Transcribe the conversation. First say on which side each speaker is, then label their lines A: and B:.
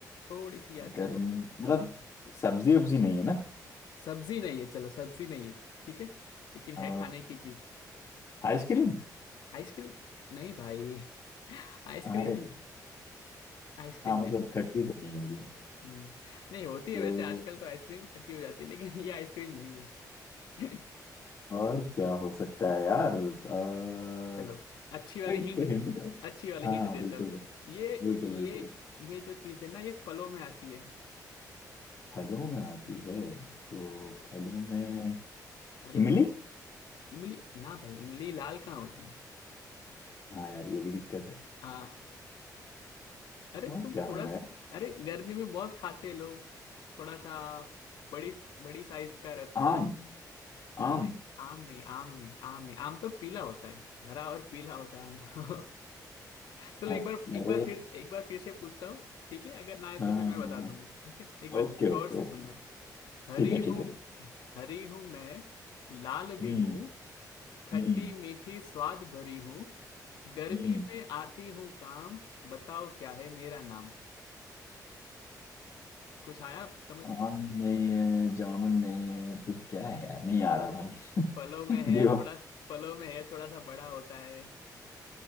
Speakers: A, on the left; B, on the left.
A: थोड़ी सी याद
B: गर्मी
A: करो
B: मतलब सब्जी उब्जी नहीं है ना
A: सब्जी नहीं है चलो सब्जी नहीं है ठीक है लेकिन
B: आ,
A: है खाने की चीज
B: आइसक्रीम
A: आइसक्रीम नहीं भाई आइसक्रीम
B: अरे
A: आइसक्रीम
B: हाँ मतलब
A: नहीं
B: खट्टी तो नहीं होगी
A: हम्म नहीं होती
B: तो
A: है वैसे आजकल तो आइसक्रीम खट्टी हो जाती है लेकिन ये आइसक्रीम नहीं है <laughs>
B: और क्या हो सकता है यार आ,
A: चलो अच्छी वाली
B: भाई
A: हिंट
B: कोई हिंट दो।
A: अच्छी वाली
B: हाँ
A: हिंट
B: हाँ,
A: देता
B: बिल्कुल
A: हूँ चलो ये
B: बिल्कुल
A: ये
B: बिल्कुल
A: ये जो चीज है ना ये फलों में आती है
B: फलों में आती है तो फलों में
A: अरे
B: इमली
A: इमली ना भाई इमली लाल कहाँ होती है?
B: हाँ यार ये भी दिक्कत है
A: हाँ अरे
B: और
A: तुम
B: क्या
A: थोड़ा
B: होगा
A: सा
B: यार
A: अरे गर्मी में बहुत खाते हैं लोग थोड़ा सा बड़ी बड़ी साइज का रहता है
B: आम
A: ये
B: आम
A: नहीं नहीं आम नहीं आम नहीं आम नहीं आम तो पीला होता है हरा और पीला होता है आम तो <laughs> चलो
B: अ-
A: एक बार एक
B: अरे
A: बार फिर एक बार फिर से पूछता हूँ ठीक है अगर ना आए तो
B: हाँ
A: फिर
B: हाँ,
A: मैं बता
B: हाँ।
A: दूंगा ठीक है एक बार
B: Okay
A: गौर
B: okay
A: से
B: okay
A: सुनना हरी
B: ठीक है ठीक
A: हूँ
B: है
A: हरी हूँ मैं लाल भी
B: हम्म
A: हूँ खट्टी
B: हम्म
A: मीठी स्वाद भरी हूँ गर्मी
B: हम्म
A: में आती हूँ काम बताओ क्या है मेरा नाम कुछ आया समझ
B: आम
A: में
B: नहीं है जामुन नहीं है फिर क्या है यार नहीं आ रहा भाई <laughs>
A: फलों में है
B: Give up
A: थोड़ा फलों में है थोड़ा सा बड़ा होता है